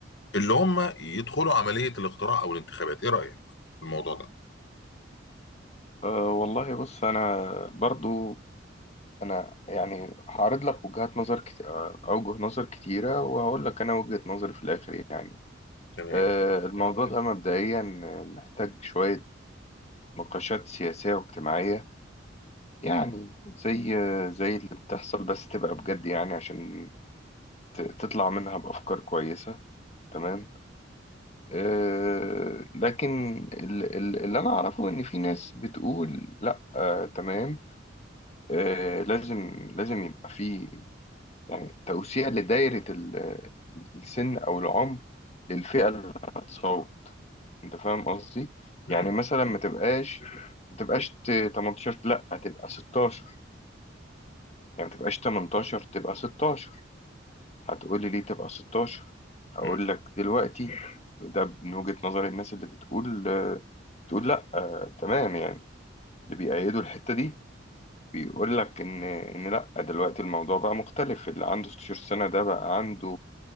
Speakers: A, on the left; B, on the left.
A: اللي هم يدخلوا عملية الاقتراع أو الانتخابات إيه رأيك في الموضوع ده؟
B: آه والله بص انا برضو انا يعني هعرض لك وجهات نظر كت... آه، اوجه نظر كتيره وهقول لك انا وجهه نظري في الاخر يعني
A: تمام
B: آه الموضوع ده مبدئيا محتاج شويه نقاشات سياسيه واجتماعيه يعني زي زي اللي بتحصل بس تبقى بجد يعني عشان ت... تطلع منها بافكار كويسه تمام آه، لكن ال- ال- اللي انا اعرفه ان في ناس بتقول لا آه، تمام آه، لازم لازم يبقى في يعني توسيع لدايرة ال- ال- السن او العمر للفئة اللي هتصوت انت فاهم قصدي
A: مم.
B: يعني مثلا ما تبقاش ما تبقاش ت- 18 لا تبقى 16 يعني ما تبقاش 18 تبقى 16 هتقولي ليه تبقى 16 هقول
A: مم.
B: لك دلوقتي ده من وجهة نظر الناس اللي بتقول آه، بتقول لا آه، تمام يعني اللي بيأيدوا الحتة دي بيقول لك ان ان لا دلوقتي الموضوع بقى مختلف اللي عنده 16 سنة ده بقى عنده